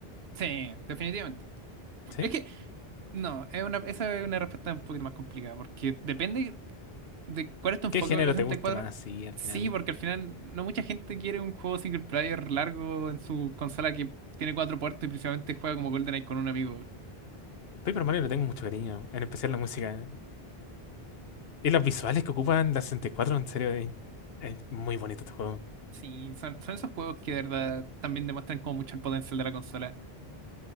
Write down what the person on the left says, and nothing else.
¿Sí?
¿Qué género
te guste más? Sí, al
final.
Paper Mario le tengo mucho cariño, en especial la música. Y los visuales que ocupan la 64, en serio, es, es muy bonito este juego.